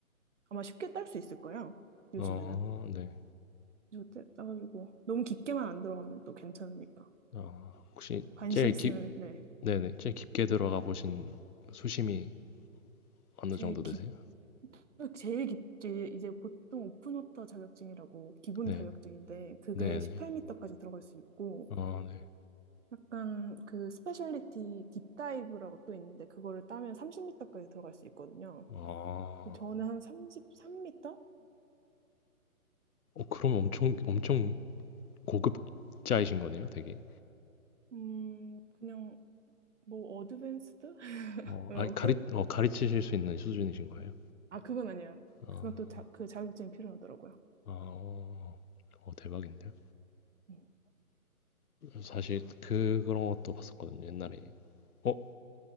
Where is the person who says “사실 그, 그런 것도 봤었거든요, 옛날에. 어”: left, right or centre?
Left